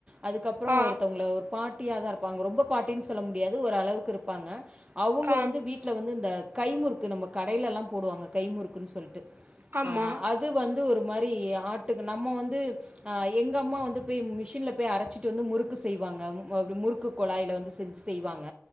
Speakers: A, on the right; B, on the right.
A: அதுக்கப்புறோ
B: ஆ,
A: ஒருத்தவங்க ஒரு பாட்டியா தா இருப்பாங்க ரொம்ப பாட்டின்னு சொல்ல முடியாது ஒரு அளவுக்கு இருப்பாங்க அவுங்க
B: ஆ,
A: வந்து வீட்ல வந்து இந்த கைமுறுக்கு நம்ம கடையில எல்லா போடுவாங்க கைமுறுக்குன்னு சொல்ட்டு
B: ஆமா.
A: அ அது வந்து ஒரு மாரி ஆட்டுக்கு நம்ம வந்து அ எங்க அம்மா வந்து போய் மிஷின்ல போய் அரைச்சிட்டு வந்து முறுக்கு செய்வாங்க முறுக்கு குழாய்ல வந்து செஞ்சு செய்வாங்க